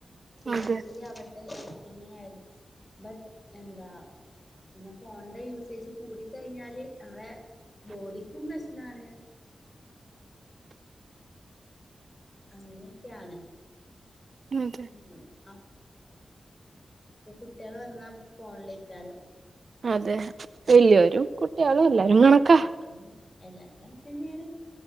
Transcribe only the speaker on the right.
അതെ
അതെ
അതെ വല്യോരും കുട്ട്യാളും എല്ലരും കണക്കാ